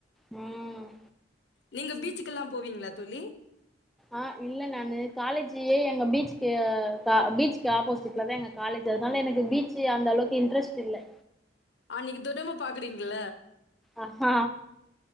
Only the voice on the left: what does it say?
நீங்க பீச்சுக்கெல்லா போவீங்ளா தோழி
அன்னிக்கு தொரும்ப பாக்குறீங்கள